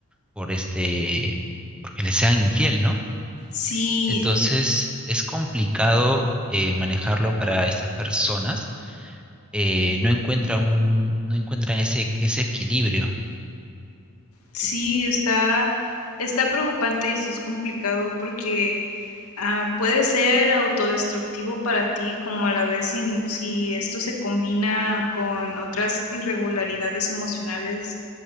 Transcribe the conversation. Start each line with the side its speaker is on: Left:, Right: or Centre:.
Centre: por este, porque le sean infiel, ¿no?
Left: Sí,
Centre: Entonces es complicado eh, manejarlo para estas personas eh, no encuentran un, no encuentran ese, ese equilibrio.
Left: sí, está, está preocupante y sí es complicado porque Ah, puede ser autodestructivo para ti, como a la vez si, si esto se combina con otras irregularidades emocionales,